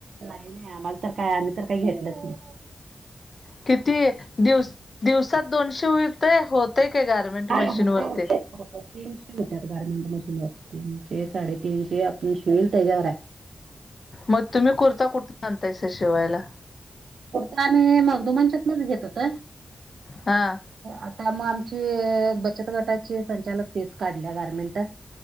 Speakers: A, on the right; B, on the left.
A: नाही नाय आम्हाला तर काय आम्ही तर काय घेतल्यात नाय.
B: किती दिव दिवसात दोनशे होईल ते होतय काय गारमेंट. मशीन
A: होतंय
B: वरती.
A: होतंय होतंय तीनशे होतात गार्मेंट मशीनवर. तीनशे साडेतीनशे आपण शिवू त्याच्यावर आहे.
B: मग तुम्ही कुर्ता कुठून आणतायसा. शिवायला.
A: कुर्ता आम्ही. मगदुमांच्यातून घेत होत.
B: हां.
A: आता मग आमची. बचत गटाचे संचालक. तिच काढल्या गारमेंट.